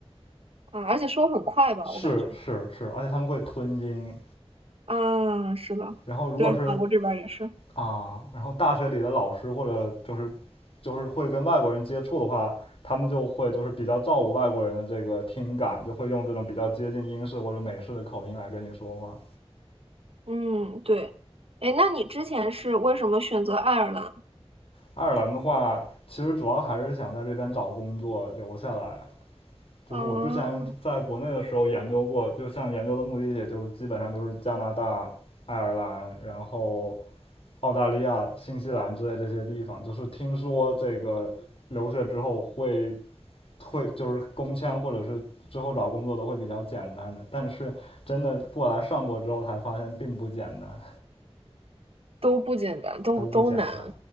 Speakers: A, on the right; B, on the left.
A: 啊！而且说很快吧，
B: 是是是，
A: 我感觉。
B: 而且他们会吞音。
A: 嗯，是的，
B: 然后如果是
A: 对，法国这边儿也是。
B: 啊，然后大学里的老师或者就是就是会跟外国人接触的话，他们就会就是比较照顾外国人的这个听感，就会用这种比较接近英式或者美式的口音来跟你说话。
A: 嗯，对。哎，那你之前是为什么选择爱尔兰？
B: 爱尔兰的话，其实主要还是想在这边找工作留下来。就是我之前在国内的时候研究过，
A: 嗯，
B: 就像研究的目的也就基本上都是加拿大、爱尔兰，然后澳大利亚、新西兰之类这些地方。就是听说这个留学之后会会就是工签或者是之后找工作都会比较简单的，但是真的过来上过之后才发现并不简单，
A: 都不简单，都都难，
B: 都不简单。